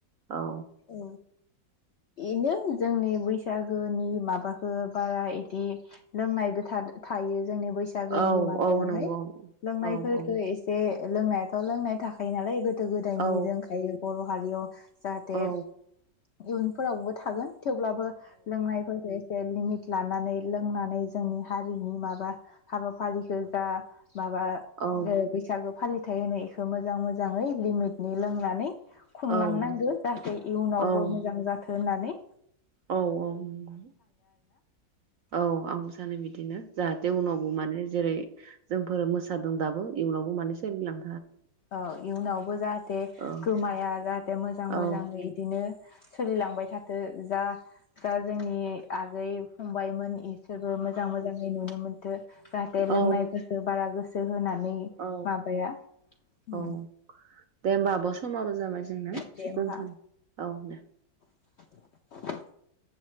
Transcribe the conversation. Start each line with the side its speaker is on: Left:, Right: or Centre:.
Right: औ
Left: औ इनो। जोंनि बैसागोनि माबाखो बारा इदि लोंनायबो थाग थायो। जोंनि बैसागोनि
Right: औ
Left: माबायावहाय
Right: औ नंगौ
Left: लोंनायफोरखौ
Right: औ औ
Left: एसे लोंनायाथ' लोंनाय थाखायो नालाय गोद दो गोदायनि
Right: औ
Left: लोंखायो बर' हारियाव जाहाथे
Right: औ।
Left: इयुनफोरावबो थागोन। थेवब्लाबो लोंनायफोरखो एस से लिमिट लानानै लोंनानै जोंनि हारिनि माबा हाबाफारिखो जा माबा
Right: औ
Left: ओ बैसागो फालि हाथाय होनो इखो मोजां मोजाङै लिमिटनि लोंनानै खुंलांनांगो।
Right: औ
Left: जाहाथे इयुनावबो
Right: औ
Left: मोजां जाथों। होनानै
Right: औ औ नंगौ औ आंबो सानो बिदिनो। जाहाथे उनावबो माने जेरै जोंफोर मोसादों दाबो इयुनावबो माने सोलिलां
Left: औ इयुनावबो जाहाथे
Right: औ
Left: गोमाया जाहाथे मोजां मोजाङै
Right: औ
Left: इदिनो सोलिलांबाय थाथो। जा जा जोंनि आगै फंबायमोन बिसोरबो मोजां मोजाङै नुनो मोन थो जाहाथे लोंनायफोरखो
Right: औ
Left: बारा गोसो सो होनान नै
Right: औ
Left: माबाया उम।
Right: औ दे होमबा आब' समाबो जाबाय जोंना दोनथ'नि
Left: दे होमबा
Right: औ दे।
Left: <inaudible>